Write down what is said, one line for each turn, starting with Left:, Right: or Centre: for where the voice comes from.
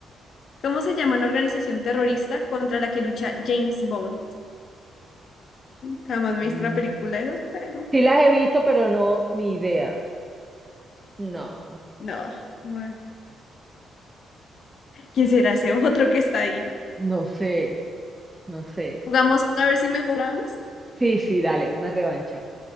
Left: ¿Cómo se llama la organización terrorista contra la que lucha James Bond? Jamás me he visto
Right: No enti-
Left: una película de esas, pero
Right: Sí las he visto, pero no, ni idea. No,
Left: no. bueno. ¿Quién será ese otro que está ahí?
Right: no sé, no sé.
Left: Jugamos a ver si mejoramos.
Right: Sí, sí, dale, una revancha.